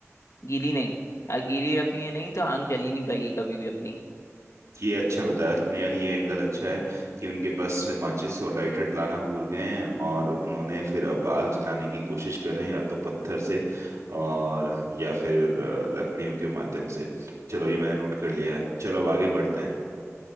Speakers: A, on the left; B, on the right.
A: गीली नहीं आ, गीली रख लिया नहीं तो आग जली नहीं पाएगी कभी भी अपनी
B: ये अच्छा बताया तुमने यार ये एंगल अच्छा है
A: हम्म।
B: कि उनके पास से माचिस और लाइटर लाना भूल गए हैं और उन्होंने फिर अब आग जलाने की कोशिश कर रहे हैं या तो पत्थर से और या फिर अ, लकड़ियों के माध्यम से चलो ये मैंने नोट कर लिया है चलो अब आगे बढ़ते हैं